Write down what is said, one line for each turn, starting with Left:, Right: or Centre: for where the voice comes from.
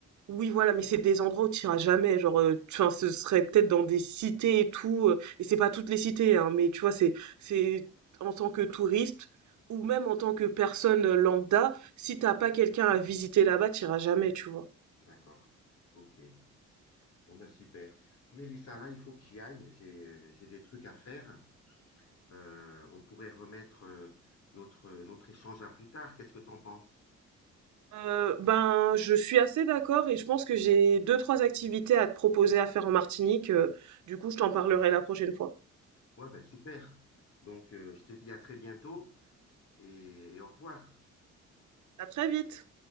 Right: oui, voilà, mais c'est des endroits où tu iras jamais. Genre, euh, tu vois, ce serait peut-être dans des cités et tout. euh, et c'est pas toutes les cités, hein, mais tu vois, c'est, c'est en tant que touriste ou même en tant que personne lambda, si t'as pas quelqu'un à visiter là-bas, tu iras jamais, tu vois.
Left: D'accord. Ok. Bon, bah super. Mélissa, là, il faut que j'y aille. J'ai, euh, j'ai des trucs à faire. Euh, on pourrait remettre euh, notre, euh, notre échange à plus tard. Qu'est-ce que t'en penses?
Right: Euh, ben, je suis assez d'accord et je pense que j'ai deux, trois activités à te proposer à faire en Martinique. euh, du coup, je t'en parlerai la prochaine fois.
Left: Ouais, bah super. Donc, euh, je te dis à très bientôt et et au revoir.
Right: À très vite!